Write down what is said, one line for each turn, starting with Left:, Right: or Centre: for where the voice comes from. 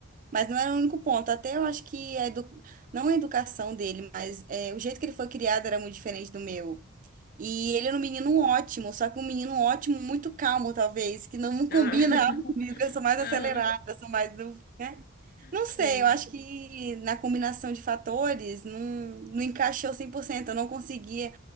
Right: Mas não era o único ponto. Até eu acho que a edu... não a educação dele, mas é, o jeito que ele foi criado era muito diferente do meu. E ele era um menino ótimo, só que um menino ótimo, muito calmo, talvez, que não <laughs> combina
Left: Ah, <laughs>
Right: algo comigo. Eu sou mais acelerada,
Left: aham,
Right: eu sou mais do. né? Não
Left: sim.
Right: sei, eu acho que na combinação de fatores não, não encaixou cem por cento Eu não conseguia.